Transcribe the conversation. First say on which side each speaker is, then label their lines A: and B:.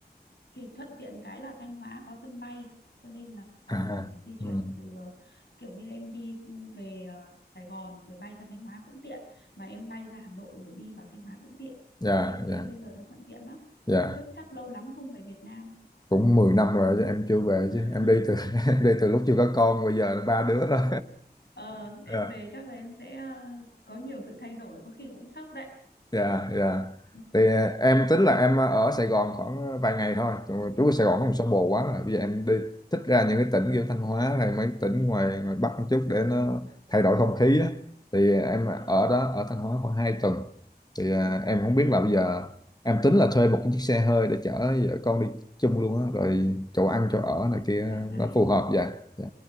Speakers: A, on the left; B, on the left.
A: Thì thuận tiện cái là Thanh Hóa có sân bay cho nên là là
B: à, à.
A: di chuyển
B: ừ.
A: từ ờ, kiểu như em đi về ờ, Sài Gòn rồi bay ra Thanh Hóa cũng tiện mà em bay ra Hà Nội rồi đi vào Thanh Hóa cũng tiện
B: dạ
A: kiểu thế
B: dạ
A: bây giờ nó thuận tiện lắm
B: dạ
A: Chắc chắc lâu lắm không về Việt Nam.
B: cũng 10 năm rồi chứ em chưa về
A: <laughs>
B: chứ em đi từ <laughs> em đi từ lúc chưa có con bây giờ là ba đứa rồi
A: Ờ, em
B: <laughs>
A: về chắc là em sẽ ờ, có nhiều sự thay đổi, có khi cũng sốc đấy.
B: Dạ, dạ.
A: Ừ, ừ,
B: Thì ờ, em
A: Ờ,
B: tính là em ờ, ở Sài Gòn khoảng ờ, vài ngày thôi. chú Trú ở Sài Gòn không
A: ừ,
B: sao bồ quá rồi. Bây giờ em đi thích ra những cái tỉnh kiểu Thanh Hóa hay mấy tỉnh ngoài, ngoài Bắc một chút để nó
A: ừ,
B: thay đổi không khí á. Thì em
A: đúng rồi.
B: ở đó ở Thanh Hóa khoảng 2 tuần. Thì ờ,
A: Ừ,
B: em
A: đi
B: không biết là bây giờ em tính là thuê một cái chiếc xe hơi để chở vợ con đi chung luôn á, rồi chỗ ăn chỗ ở này kia
A: thoải mái,
B: nó phù hợp vậy. Dạ.